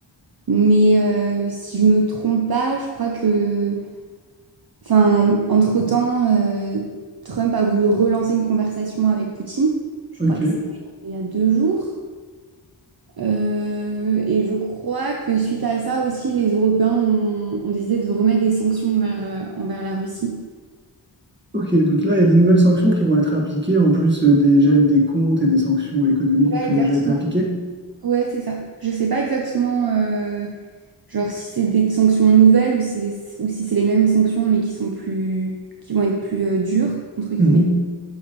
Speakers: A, on the right (about 50°); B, on the right (about 25°).
A: Mais euh, si je me trompe pas, je crois que, enfin, entre-temps, euh, Trump a voulu relancer une conversation avec Poutine. Je
B: Ok,
A: crois que c'était il y a deux jours. Euh, et je crois que suite à ça aussi, les Européens ont, ont décidé de remettre des sanctions envers, euh, envers la Russie.
B: ok. Donc là, il y a des nouvelles sanctions qui vont être appliquées en plus euh, des gels des comptes et des sanctions économiques
A: Ouais,
B: qui
A: exactement.
B: ont déjà été appliquées.
A: Ouais, c'est ça. Je sais pas exactement, euh, genre si c'est des sanctions nouvelles ou si, des- ou si c'est les mêmes sanctions mais qui sont plus, qui vont être plus euh, dures entre guillemets.
B: Mhm.